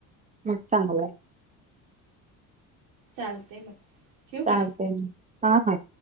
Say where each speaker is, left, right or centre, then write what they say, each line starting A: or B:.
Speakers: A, on the right; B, on the right.
A: म चांगलं आहे.
B: चालतेय मग. ठेवू
A: चालते
B: काय?
A: हा हा.